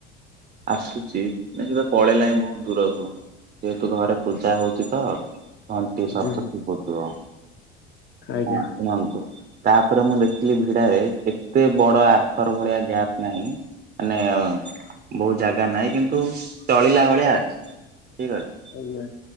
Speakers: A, on the right; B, on the left.
A: ଆସୁଛି ମ ସେ ତ ପଳେଇଲାଣି ବହୁତ ଦୂରକୁ ଯେହେତୁ ଘରେ ପୂଜା ହଉଛି ତ। ଘଣ୍ଟି
B: ହୁଁ
A: ଶଦ୍ଧ
B: ହୁଁ
A: ସୁବୁଥିବ
B: ଆଜ୍ଞା
A: ହଁ କୁହନ୍ତୁ। ତାପରେ ମୁଁ ଦେଖିଲି ଭିଡାରେ ଏତେ ବଡ ଆଥର ଭଳିଆ ଗ୍ୟାପ୍ ନାଇଁ ମାନେ ବହୁ ଜାଗା ନାହିଁ କିନ୍ତୁ ତଳିଲା ଭଳିଆ ଅଛି ଠିକ ଅଛି।
B: ଆଜ୍ଞା।